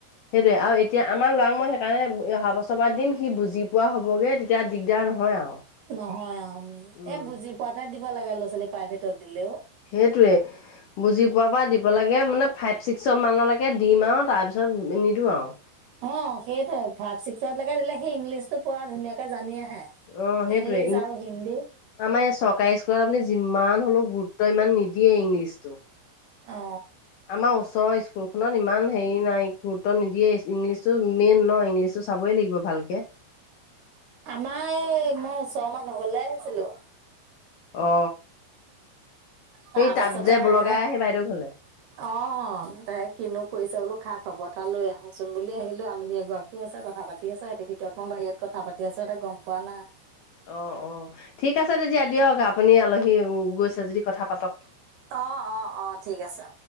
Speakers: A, on the left; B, on the right.
A: সেইটোৱে আৰু এতিয়া আমাৰ ল'ৰাক মই সেইকাৰণে অহা বছৰপাত দিম সি বুজি পোৱা হ'বগৈ এতিয়া দিগদাৰ নহয় আৰু
B: নহয় অ
A: উম
B: এ বুজি পোৱাতে দিব লাগে ল'ৰা ছোৱালী প্ৰাইভেটত দিলেও
A: সেইটয়ে বুজি পোৱা বা দিব দিব লাগে মানে ফাইভ ছিক্স মানলৈকে দিম আৰু তাৰপিছত নিদিো আৰু
B: অ সেইটো ভাইভ ছিক্সতকে দিলে সি ইংলিছ টো প ধুনীয়াকে জানি আহে
A: অ সেইটোৱে
B: ইংলিছ আৰু হিন্দী
A: আমাৰ এই চৰকাৰী স্কুলত আপুনি যিমান হলো গুৰুত্ব ইমান নিদিয়ে ইংলিছতটো
B: অ
A: আমাৰ ওচৰৰ স্কুল খখনত ইমান হেৰি নাই গুৰুত্ব নিদিয়ে ইংলিছ মেইন ন ইংলিছটো চাবই লাগিব ভালকে
B: আমাৰ এই মই ছ মানহ গলে আহিছিলো
A: অ সেই
B: তাৰপাছতে
A: তাত যে
B: সিহঁতে
A: লগাই সেই বাইদেউক হলে
B: অ তে কিনো কৰিছে বোলো খা খবৰ এটা লৈ আহোচোন বুলি আহিলো আলহীয়ে ঘৰত কি আছে কথা পাতি আছ এতিৰ ভিতৰত মই বাহিৰত কথা পাতি আছো এটা গম পোৱা নাই
A: অ অ ঠিক আছে তেতিয়া দিয়ক আপুনি আলহী গৈছে যদি কথা পাতক
B: অ অ অ ঠিক আছে